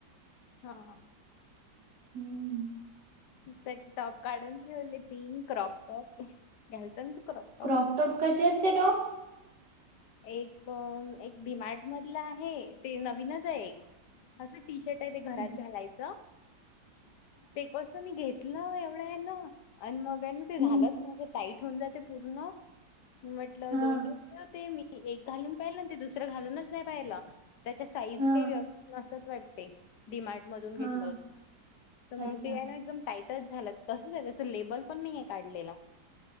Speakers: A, on the left; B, on the right.
A: हा हा
B: हम्म हम्म
A: सेट टॉप काढून ठेवलेत. तीन क्रॉप टॉप घ्यालतंत क्रॉप-
B: क्रॉप टॉप कसे आहेत ते टॉप?
A: एक, एक डीमार्ट मधलं आहे ते नवीनच आहे एक असं. टी शर्ट आहे ते घरात
B: हां.
A: घालायचं. ते क तर मी घेतलं एवढं हेन आणि मग हाय ना ते
B: हं.
A: झालं टाईट ठेऊन जाते पूर्ण, म्हटलं
B: हां.
A: दोन दिवस ते मी एक घालून पाहिलं ना ते दुसरं घालूनच नाही पाहिलं. त्याच्या साईज
B: हां.
A: काही <inaudible> नसतात वाटते. डि मार्ट मधून घेतलं
B: हां.
A: होत तर मग
B: अच्छा.
A: ते आहे ना एकदम टाईट टच झाला तसच आहे त्याच लेबल पण नाही ये काढलेला.